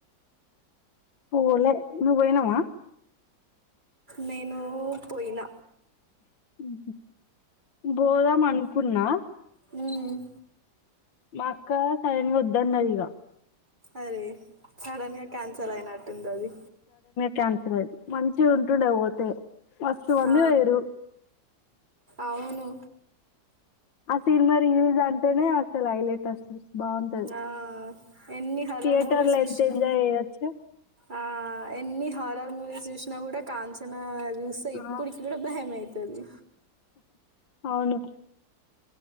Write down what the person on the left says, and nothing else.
పోలే నువ్వు పోయినావా
మ్ హు పోదామనుకున్నా
మా అక్క సడన్గా వద్దన్నదిగ
క్యాన్సల్ అయింది. మంచిగుంటుండే పోతే మస్తు మంది
పోయిరు
ఆ సినిమా రిలీజంటనే అసలు హైలెట్ అసలు బాగుంటది
థియేటర్
లో
ఎంత ఎంజాయ్ చేయొచ్చు
ఆ,
అవును